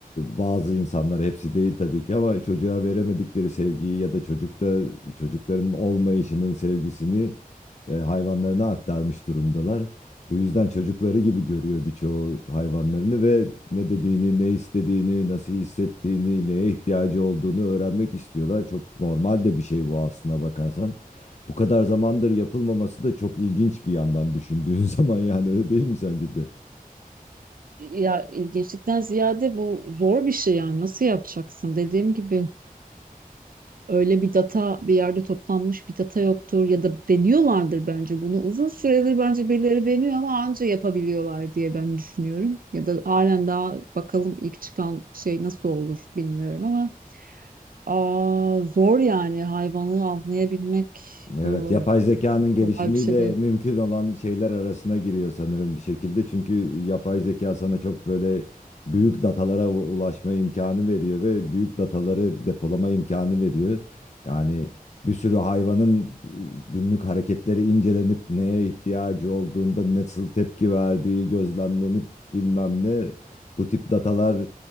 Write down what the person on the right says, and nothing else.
Ya ilginçlikten ziyade bu zor bir şey yani. Nasıl yapacaksın? Dediğim gibi öyle bir data bir yerde toplanmış bir data yoktur ya da deniyorlardır bence bunu. Uzun süredir bence birileri deniyor ama anca yapabiliyorlar diye ben düşünüyorum. Ya da halen daha bakalım ilk çıkan şey nasıl olur bilmiyorum ama Aa, zor yani hayvanı avlayabilmek
ıı,
kolay bir şey değil.